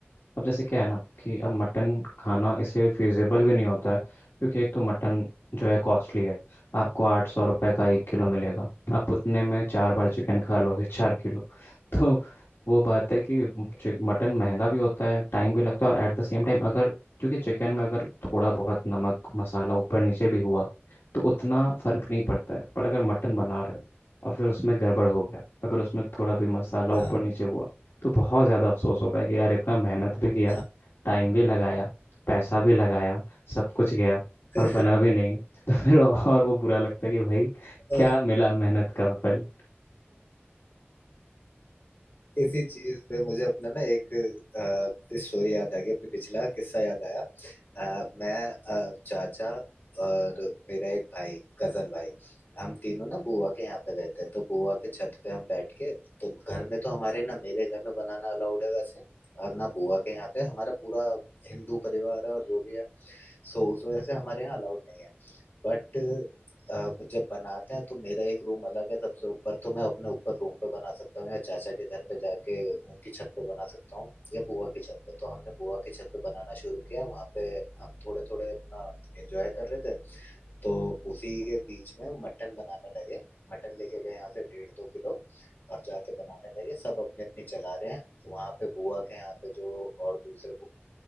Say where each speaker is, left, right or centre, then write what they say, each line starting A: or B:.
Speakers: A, on the left; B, on the left.
A: अब जैसे क्या है ना कि अब मटन खाना इसलिए फिजिबल भी नहीं होता है क्योंकि एक तो मटन जो है कॉस्टली है आपको आठ सौ रुपये का एक किलो मिलेगा आप उतने में चार बार चिकन खा लोगे चार किलो <laughs> तो वो बात है कि चि- मटन महंगा भी होता है टाइम भी लगता है और एट द सेम टाइम अगर क्योंकि चिकन में अगर थोड़ा बहुत नमक मसाला ऊपर नीचे भी हुआ तो उतना फर्क नहीं पड़ता है पर अगर मटन बना रहे हो और फिर उसमें गड़बड़ हो गया अगर उसमें थोड़ा भी मसाला ऊपर
B: हाँ
A: नीचे हुआ तो बहुत ज़्यादा अफसोस होता है कि यार इतना मेहनत भी किया
B: हाँ
A: टाइम भी लगाया पैसा भी लगाया सब कुछ गया
B: <laughs>
A: और बना भी नहीं <laughs> तो फिर और वो बुरा लगता है कि भाई
B: और
A: क्या मिला मेहनत का फल
B: इसी चीज पे मुझे अपना ना एक अ, स्टोरी याद आ गई अपने पिछला किस्सा याद आया अ, मैं अ, चाचा और मेरा एक भाई कजन भाई हम तीनों ना बुआ के यहाँ पे गए थे तो बुआ के छत पे हम बैठ के तो घर में तो हमारे ना मेरे घर में बनाना अलाउड है वैसे और ना बुआ के यहाँ पे हमारा पूरा हिंदू परिवार है और जो भी है सो उस वजह से हमारे यहाँ अलाउड नहीं है बट अ, जब बनाते हैं तो मेरा एक रूम अलग है सबसे ऊपर तो मैं अपने ऊपर रूम पे बना सकता हूँ या चाचा के घर पे जाके उनकी छत पे बना सकता हूँ या बुआ की छत पे तो हमने बुआ की छत पे बनाना शुरू किया वहाँ पे हम थोड़े थोड़े अपना एंजॉय कर रहे थे तो उसी के बीच में मटन बनाने लगे मटन लेके गए यहाँ से डेढ़ दो किलो और जाके बनाने लगे सब अपने अपनी चला रहे हैं वहां पे बुआ के यहाँ पे जो और दूसरे